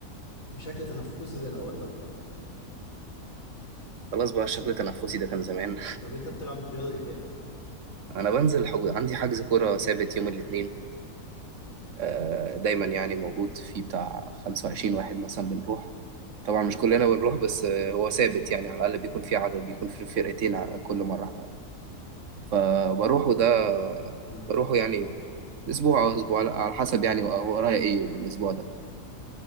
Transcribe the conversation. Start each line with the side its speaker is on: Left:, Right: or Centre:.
Left: بشكل تنافسي زي الاول لا
Right: خلاص بقى الشكل التنفسي ده كان زمان
Left: طب انت بتلعب رياضه ايه تاني
Right: <laughs> انا بنزل حج... عندي حجز كوره ثابت يوم الاثنين آه، دايما يعني موجود في بتاع 25
Left: مم.
Right: واحد مثلا بنروح طبعا مش كلنا بنروح بس آه، هو ثابت يعني على الاقل بيكون في عدد بيكون في فرقتين ع- كل مره على الاقل فبروحه ده
Left: مم.
Right: بروحه يعني اسبوع او اسبوع لا على حسب يعني و- ورايا ايه الاسبوع ده